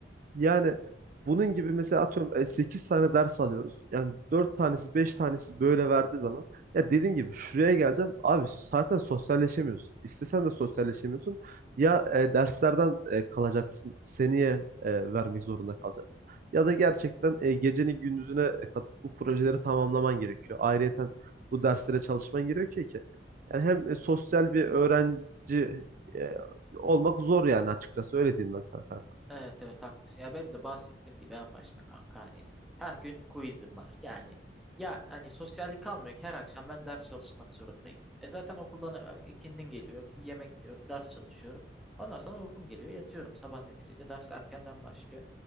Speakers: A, on the right; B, in the centre.
A: Yani bunun gibi mesela atıyorum e, 8 tane ders alıyoruz. Yani 4 tanesi 5 tanesi böyle verdiği zaman ya dediğin gibi şuraya geleceğim. Abi zaten sosyalleşemiyorsun. İstesen de sosyalleşemiyorsun. Ya e, derslerden e, kalacaksın. Seneye e, vermek zorunda kalacaksın. Ya da gerçekten e, geceni gündüzüne e, katıp bu projeleri tamamlaman gerekiyor. Ayrıyeten bu derslere çalışman gerekiyor ki. Yani hem e, sosyal bir öğrenci e, olmak zor yani açıkçası öyle diyeyim ben sana kanka.
B: Evet evet haklısın. Ya benim de bahsettiğim gibi en başta kanka hani her gün quizim var. Yani ya hani sosyallik kalmıyor ki her akşam ben ders çalışmak zorundayım. E zaten okuldan e, ikindin geliyorum, bir yemek yiyorum, ders çalışıyorum. Ondan sonra uykum geliyor, yatıyorum. Sabah neticede ders erkenden başlıyor.